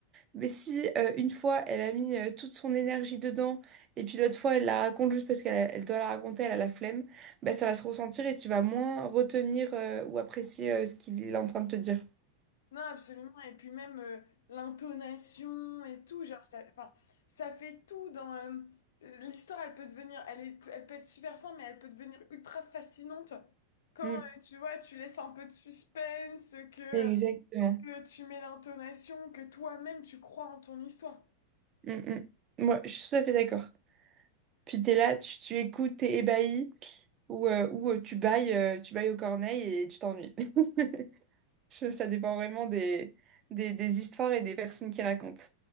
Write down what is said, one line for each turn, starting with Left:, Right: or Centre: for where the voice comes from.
Right: mais si euh, une fois, elle a mis euh, toute son énergie dedans, et puis l'autre fois, elle la raconte juste parce qu'elle elle doit la raconter, elle a la flemme, ben, ça va se ressentir et tu vas moins retenir euh, ou apprécier euh, ce qu'il est en train de te dire.
Left: non, absolument. Et puis même euh, l'intonation et tout, genre, ça, enfin, ça fait tout dans... euh, euh, l'histoire, elle peut devenir... Elle est, elle peut être super simple, mais elle peut devenir ultra fascinante quand,
Right: Mm.
Left: euh, tu vois, tu laisses un peu de suspense, que,
Right: Exactement.
Left: que tu mets l'intonation, que toi-même, tu crois en ton histoire.
Right: Mm, mm. Ouais, je suis tout à fait d'accord. Puis t'es là, tu, tu écoutes, t'es ébahi, ou, euh, ou euh, tu bailles, euh, tu bailles aux corneilles et tu t'ennuies. <laughs> Je- Ça dépend vraiment des, des, des histoires et des personnes qui racontent.